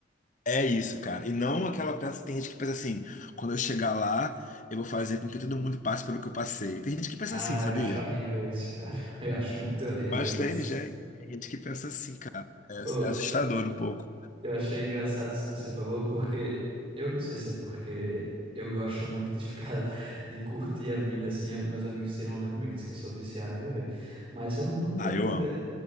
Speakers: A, on the left; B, on the right.
A: É isso, cara. E não aquela peça. Tem gente que pensa assim, quando eu chegar lá, eu vou fazer com que todo mundo passe pelo que eu passei. Tem gente que pensa
B: Ah,
A: assim, sabia?
B: eu acho horrível isso, cara. <laughs> Eu acho muito horrível
A: Mas
B: isso.
A: tem gente, tem gente que pensa assim, cara. É,
B: Pô,
A: é assustador um pouco.
B: eu achei engraçado isso que você falou, porque eu não sei se é porque eu gosto muito de ficar, <laughs> de curtir a vida, assim. eh, Meus amigos tiram onda comigo, dizem que eu sou viciado em viver. Mas eu nunca
A: Ah,
B: tive.
A: eu amo.